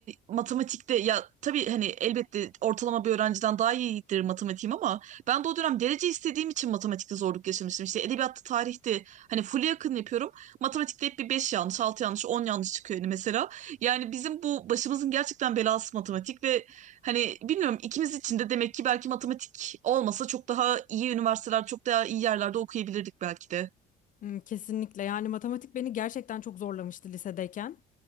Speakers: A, on the right (about 45°); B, on the left (about 50°).
A: matematikte ya tabii hani elbette ortalama bir öğrenciden daha iyidir matematiğim ama ben de o dönem derece istediğim için matematikte zorluk yaşamıştım. İşte edebiyatta, tarihte hani full'e yakın yapıyorum. Matematikte hep bir 5 yanlış, 6 yanlış, 10 yanlış çıkıyor hani mesela. Yani bizim bu başımızın gerçekten belası matematik ve hani bilmiyorum ikimiz için de demek ki belki matematik olmasa çok daha iyi üniversiteler, çok daha iyi yerlerde okuyabilirdik belki de.
B: Hmm, kesinlikle yani matematik beni gerçekten çok zorlamıştı lisedeyken.